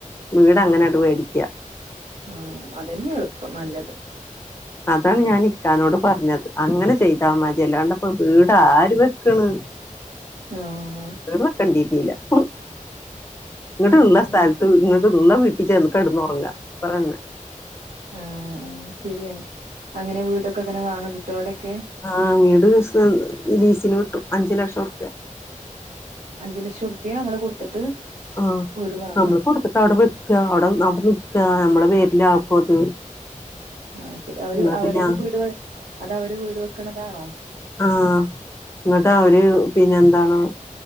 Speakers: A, on the left (about 20°); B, on the right (about 80°).
A: വീട് അങ്ങനെടു മേടിക്ക
B: ആഹ് അതന്നെയ എളുപ്പം നല്ലത്
A: അതാണ് ഞാൻ ഇക്കാനോട് പറഞ്ഞത് അങ്ങനെ ചെയ്താൽ മതി അല്ലാണ്ടപ്പോ വീടാര് വെക്കണ്
B: ആഹ്
A: <unintelligible> ഇവിട്ടുള്ള
B: ആഹ്
A: സ്ഥലത്ത് ഇങ്ങോട്ട്ള്ള വീട്ടിൽ ചേന്ന് കിടന്ന്റങ്ങ അത്രറാന്നെ
B: ആഹ് ആഹ് ശരിയാണ് അങ്ങനെ വീടൊക്കെ അങ്ങനെ വാങ്ങിട്ടോ അവിടെക്കെ
A: ആഹ് വീട് ലീസ് ലീസിന് കിട്ടും അഞ്ചു ലക്ഷം ർപ്യ
B: അഞ്ചു ലക്ഷം റുപ്യ നമ്മള് കൊടുത്തിട്ട്
A: ആഹ്
B: വീടുവാങ്ങ
A: നമ്മള് കൊടുത്തിട്ട് അവിടെ വെക്ക അവിടെ അവിടെ നിക്കാ നമ്മളെ പേരില ആക്കു അത്
B: ആഹ് ശരി അവര്
A: ഇങ്ങട്ട്
B: അവരെ
A: ഞാൻ
B: വീട് അത അവര് വീട് വെക്കണതാണോ
A: ആഹ് ഇങ്ങട്ട് അവര് പിന്നെ എന്താണ്